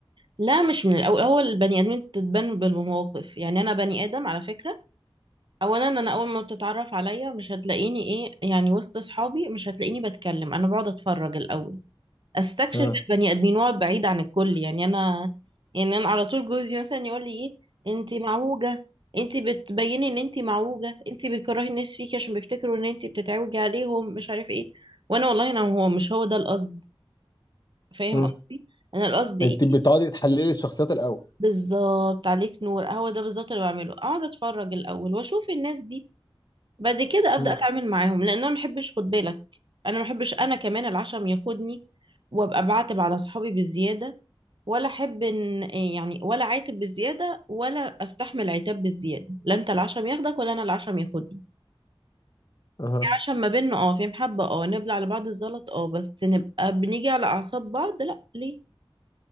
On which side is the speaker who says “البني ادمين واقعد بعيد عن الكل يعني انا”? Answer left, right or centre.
Right